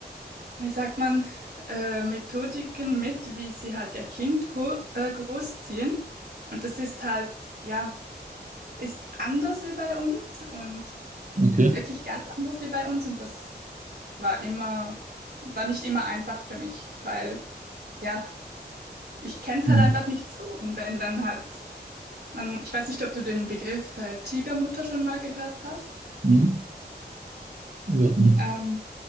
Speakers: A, on the right; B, on the right.
A: wie sagt man, äh, Methodiken mit, wie sie halt ihr Kind ho äh, großziehen. Und das ist halt, ja, ist anders wie bei uns und
B: Okay.
A: wirklich ganz anders wie bei uns. Und das war immer, war nicht immer einfach für mich, weil. Ja, Ich kenne es
B: Mhm.
A: halt einfach nicht so. Und wenn dann halt, man, ich weiß nicht, ob du den Begriff äh, Tigermutter schon mal gehört hast.
B: Hm, ja, hm,
A: Ähm,